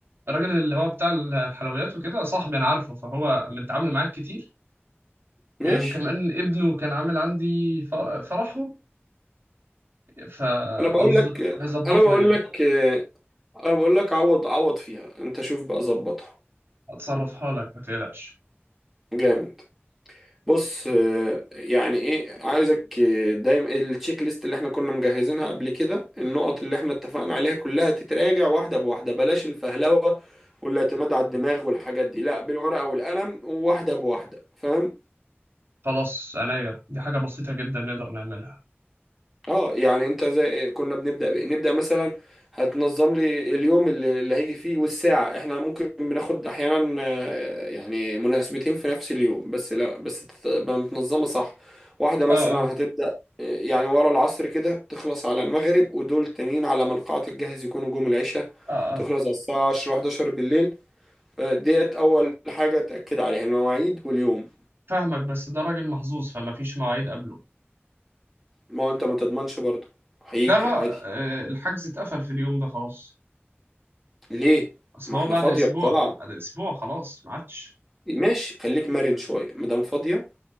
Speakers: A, on the right; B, in the centre.
A: الراجل اللي هو بتاع الحلويات وكده صاحبي أنا عارفه فهو متعامل معاك كتير
B: ماشي
A: إيه، وكمان ابنه كان عامل عندي فر- فرحه فهيظبطنا
B: انا بقول لك انا بقول
A: يعني
B: لك انا بقول لك عوض عوض فيها انت شوف بقى ظبطها
A: هتصرفها لك ما تقلقش
B: جامد بص آه، يعني ايه عايزك آه، دايما التشيك ليست اللي احنا كنا مجهزينها قبل كده النقط اللي احنا اتفقنا عليها كلها تتراجع واحده بواحده بلاش الفهلوه والاعتماد على الدماغ والحاجات دي لا بالورقه والقلم وواحده بواحده فاهم
A: خلاص عينيا دي حاجة بسيطة جدا نقدر نعملها
B: اه يعني انت زي كنا بنبدأ بإيه؟ نبدأ مثلا هتنظم لي اليوم اللي, اللي هيجي فيه والساعة احنا ممكن بناخد احيانا آه، يعني مناسبتين في نفس اليوم بس لا بس تبقى متنظمة صح واحدة مثلا
A: اه اه
B: هتبدأ آه، يعني ورا العصر كده تخلص على المغرب ودول تانيين على ما القاعة تتجهز يكونوا جم العشاء
A: اه
B: تخلص
A: آه.
B: على الساعة 10 11 بالليل آه، ديت أول حاجة تأكد عليها المواعيد واليوم
A: فاهمك بس ده راجل محظوظ فما فيش مواعيد قبله
B: ما هو أنت ما تضمنش برضه هيجي
A: لا لا
B: عادي
A: آه، الحجز اتقفل في اليوم ده خلاص
B: ليه؟
A: اصل
B: ما
A: هو
B: احنا
A: بعد
B: فاضية
A: اسبوع
B: القاعة
A: بعد اسبوع خلاص ما عادش
B: ماشي خليك مرن شويه مدام فاضيه